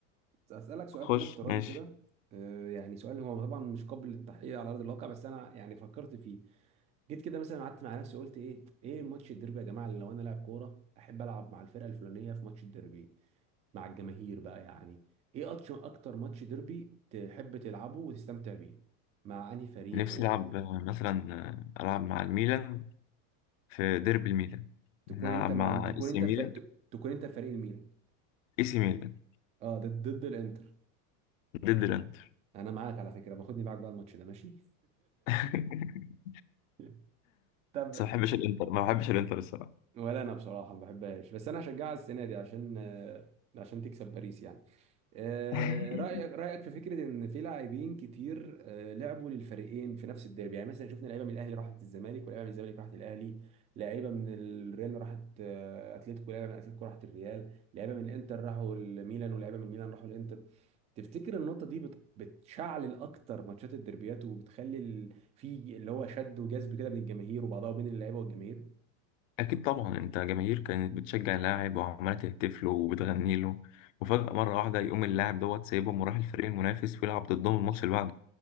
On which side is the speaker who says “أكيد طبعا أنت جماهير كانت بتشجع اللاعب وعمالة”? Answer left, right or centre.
Left